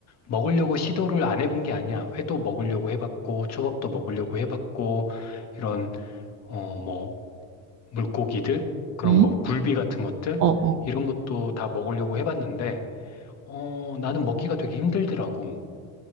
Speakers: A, on the left (about 35°); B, on the right (about 45°).
A: 먹으려고 시도를 안 해본 게 아니야. 회도 먹으려고 해봤고, 초밥도 먹으려고 해봤고, 이런, 어, 뭐, 물고기들? 그런
B: 응?
A: 거, 굴비 같은 것들?
B: 어, 어.
A: 이런 것도 다 먹으려고 해봤는데, 어, 나는 먹기가 되게 힘들더라고.